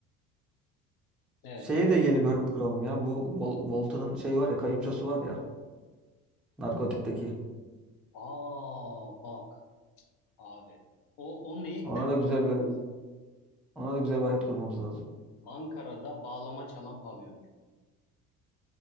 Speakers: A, on the left (about 70°); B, in the centre.
A: Evet.
B: Şeye de yeni bir hayat kuralım ya. Bu Wal- Walter'ın şeyi var ya, kayınçosu var ya, narkotikteki.
A: Aa bak. Abi. O, o neye
B: Ona
A: gider
B: da güzel
A: biliyor
B: bir
A: musun?
B: ona da güzel bir hayat kurmamız lazım.
A: Ankara'da bağlama çalan pavyoncu.